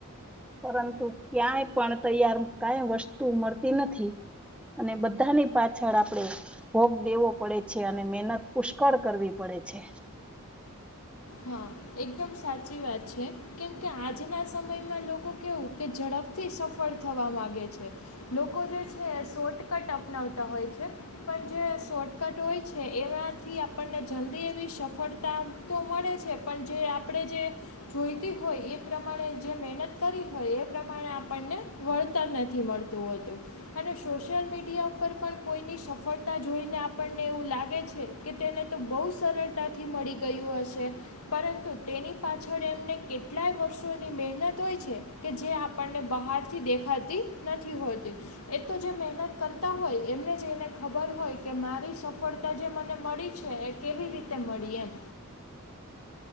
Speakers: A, in the centre; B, on the left (about 80°).
A: પરંતુ ક્યાંય પણ તૈયાર કાઈ વસ્તુ મળતી નથી અને બધાની પાછળ આપડે ભોગ દેવો પડે છે અને મહેનત પુષ્કળ કરવી પડે છે
B: હા એકદમ સાચી વાત છે કેમ કે આજના સમયમાં લોકો કેવું કે ઝડપથી સફળ થવા માંગે છે લોકો જે છે શોર્ટ કટ અપનાવતા હોય છે પણ જે શોર્ટકટ હોય છે એમાંથી આપણને જલ્દી એવી સફળતા તો મળે જ છે પણ જે આપણે જે જોઈતી હોય એ પ્રમાણે જે મહેનત કરી હોય એ પ્રમાણે આપણને વળતર નથી મળતું હોતું અને સોશિયલ મીડિયા ઉપર પણ કોઈની સફળતા જોઈને આપણને એવું લાગે છે કે તેને તો બહુ સરળતાથી મળી ગયું હશે પરંતુ તેની પાછળ એમને કેટલાય વર્ષોની મહેનત હોય છે. કે જે આપણને બહારથી દેખાતી નથી હોતી. એ તો જે મહેનત કરતા હોય એમને જ એને ખબર હોય કે મારી સફળતા જે મને મળી છે. કેવી રીતે મળી એમ.